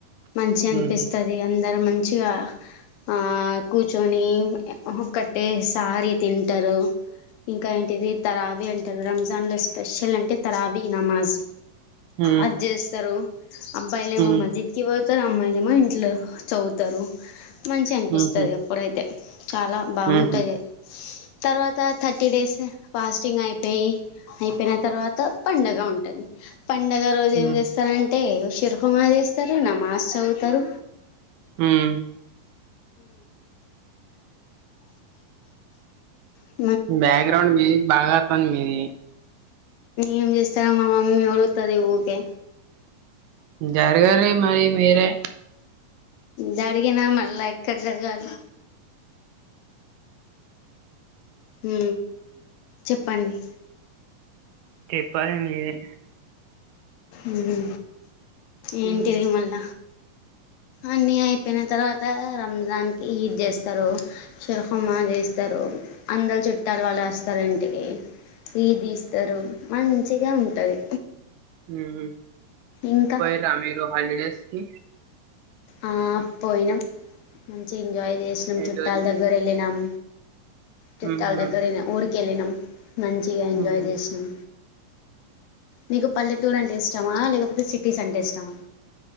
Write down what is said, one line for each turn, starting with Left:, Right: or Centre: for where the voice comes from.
Left: మంచి అనిపిస్తది
Right: ఊహూ
Left: అందరు మంచిగా ఆ కూర్చొని ఒకటే సారి తింటారు ఇంకా ఏంటిది తరావి అంటారు రం దానిలో స్పెషల్ అంటే తరావి నమాజ్
Right: హ్మ్
Left: అది చేస్తార అబ్బాయిలేమో
Right: హ్మ్
Left: మస్జిద్కి పోతారు అమ్మాయిలేమో ఇంట్లో చదువుతారు మంచిగ అనిపిస్తది
Right: ఊహూ
Left: అప్పుడైతే చాలా బాగుంటది
Right: ఊహూ
Left: తర్వాత థర్టీ డేస్ ఫాస్టింగ్ అయిపోయి అయిపోయిన తర్వాత పండగ ఉంటది పండగ రోజు
Right: హ్మ్
Left: ఏం చేస్తనంటే చిరుకుమాది వేస్తారు నామాస్ చదువుతారు
Right: హ్మ్
Left: ఊ
Right: బ్యాక్ గ్రౌండ్ మీది బాగా వత్తాంది మీది
Left: ఏం చేస్తా మా మమ్మీ అరుత్తది ఊరికే
Right: జరగర్రి మరి మీరే
Left: జరిగినా మళ్ళా ఎక్కడ జరగాలి ఊ చెప్పండి
Right: చెప్పాలి మీరె
Left: ఊ
Right: హ్మ్
Left: ఏంటిది
Right: హ్మ్
Left: మళ్ల అన్నీ అయిపోయిన తర్వాత రంజాన్కి ఈద్ చేస్తారు షిరఖమాదిస్తారు. అందరు చుట్టాలు వాళ్ళు వస్తారు ఇంటికి ఇదిస్తారు మంచిగా ఉంటది
Right: ఊహు
Left: ఇంకా
Right: పోయిర్రా మీరు హాలిడేస్కి
Left: ఆ పోయినాం మంచిగ ఎంజాయ్ చేసినాం
Right: ఎటు
Left: చుట్టాల
Right: వెళ్ళి
Left: దగ్గర వెళ్ళినాం చట్టాల
Right: ఊహూ
Left: దగ్గరపోయిన ఊరికెళ్ళినాం మంచిగా ఎంజాయ్
Right: ఊహూ
Left: చేసినాం నీకు పల్లెటూరు అంటే ఇష్టమా లేకపోతే సిటీస్ అంటే ఇష్టమా